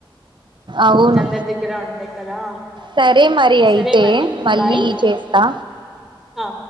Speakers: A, on the right; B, in the centre.
A: అవును
B: ఇంగ అందరి దగ్గర ఉంటాయి కదా
A: సరే మరి అయితే
B: సరే మరి
A: మళ్ళీ
B: బాయ్
A: చేస్తా
B: ఆ